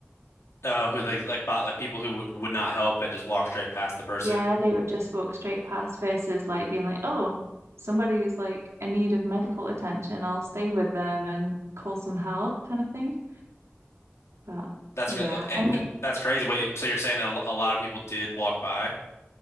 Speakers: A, on the left; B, on the right.
A: <laughs> uh, who like like bot like people who w would not help and just walk straight past the person.
B: Yeah, they would just walk straight past versus like being like, oh, somebody is like in need of medical attention. I'll stay with them and call some help kind of thing. But
A: That's
B: yeah,
A: cra- eh,
B: I mean,
A: eh, that's crazy. Wait, so you're saying that a lo- a lot of people did walk by?